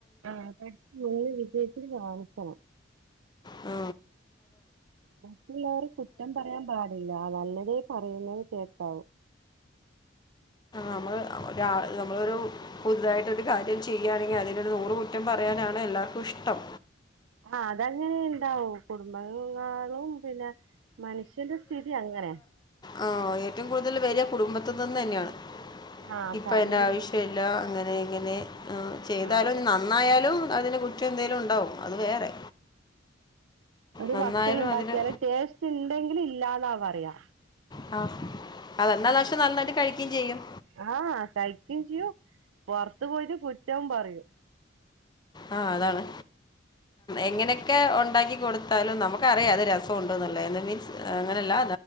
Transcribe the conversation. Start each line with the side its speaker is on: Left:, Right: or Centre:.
Right: ആ അതെ <unintelligible> വിജയിച്ച് കാണിക്കണം
Left: ആ
Right: മറ്റുള്ളവർ കുറ്റം പറയാൻ പാടില്ല നല്ലതേ പറയുള്ളൂ കേ ക്കാവു
Left: നമ്മൾ ഒ നമ്മളൊരു പുതുതായിട്ടൊരു കാര്യം ചെയ്യുകയാണെങ്കിൽ അതിനൊരു നൂറ് കുറ്റം പറയാനാ ആണ് എല്ലാവർക്കും ഇഷ്ടം
Right: ആ അതങ്ങനെ ഇണ്ടാവും കുടുംബങ്ങളും പിനന്നെ മനുഷ്യന്റെ സ്ഥിതി അങ്ങനെ
Left: ആ ഏറ്റവും കൂടുതൽ വെരിയ കുടുംബത്ത് നിന്ന് തന്നെയാണ്
Right: ആഹ്
Left: ഇപ്പയിന്റെ
Right: ഫാമിലി
Left: ആവശ്യല്ല അങ്ങനെ ഇങ്ങനെ ചെയ്താലും
Right: ആഹ്
Left: നന്നായാലും അതിനെ കുറ്റം എന്തെങ്കിലും ഉണ്ടാവും അത് വേറെ
Right: ഒരു
Left: നന്നായാലും
Right: ഭക്ഷണം ഉണ്ടാക്കിയാല്
Left: അതിന്
Right: ടേസ്റ്റ് ണ്ടെങ്കിലും ഇല്ലാന്നാ പറയാ
Left: ആ അത് എന്നാൽ പക്ഷെ നന്നായിട്ട് കഴിക്കുകയും ചെയ്യും
Right: ആ കഴിക്കും ചെയും അത്ത് പോയിട്ട് കുറ്റവും പറയും
Left: ആ അതാണ് എങ്ങനെ ഒക്കെ ഉണ്ടാക്കി കൊടുത്താലും നമുക്കറിയാം അത് രസമുണ്ടോന്ന് എന്ന് മീൻസ് അങ്ങനെയല്ല